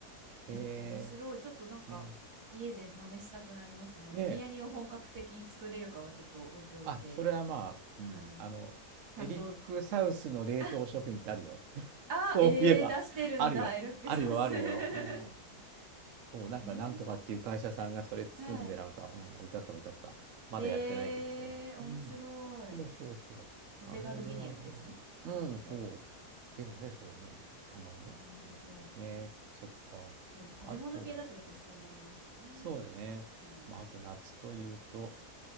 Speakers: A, on the right; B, on the right.
A: え、
B: う。へえ、
A: 面白い。ちょっとなんか家で真似したくなりますね。
B: ね。
A: まあ、ビリヤニを本格的に作れるかはちょっと置いておいて、
B: で、あ、それはまあ、うん、
A: うん、
B: あの、
A: ちゃんと、
B: エリック・サウスの冷凍食品ってあるよ。
A: あ、あ、
B: そういえば、
A: えー、出してるんだ、
B: あるよ、
A: エルックサス。
B: あるよ、あるよ。
A: <laughs> え
B: そう、なんかなんとかっていう会社さんがそれ包んで、
A: ー、はい。
B: なんか、うん、置いてあった置いてあった。まだやってないけど、
A: えー、
B: それは。
A: 面白い。
B: うん。そうそうそう。
A: お手軽ビリヤニですね。
B: なるほど、なるほど。
A: お家で。
B: うん、そう。でもね、そうね、卵ね。
A: 美味しそう。
B: うん、ね、そっか。
A: そう、食べ物系だとやっぱそうなりますよね。
B: あと、そうでね、
A: なんか、うん。
B: まあ、あと夏というと、